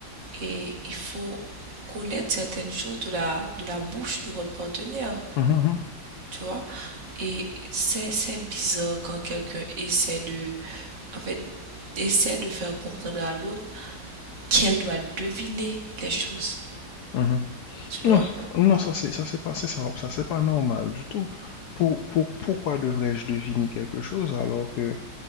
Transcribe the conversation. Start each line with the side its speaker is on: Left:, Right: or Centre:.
Right: Et il faut connaître certaines choses de la, de la bouche de votre partenaire.
Left: Mhm, mhm.
Right: tu vois. Et c'est c'est bizarre quand quelqu'un essaie de, en fait, essaie de faire comprendre à l'autre qu'elle doit deviner les choses,
Left: mhm.
Right: tu
Left: Non,
Right: vois.
Left: c- non, ça c'est ça c'est pas c'est ça, ça c'est pas normal du tout. Pour, pour- pourquoi devrais-je deviner quelque chose alors que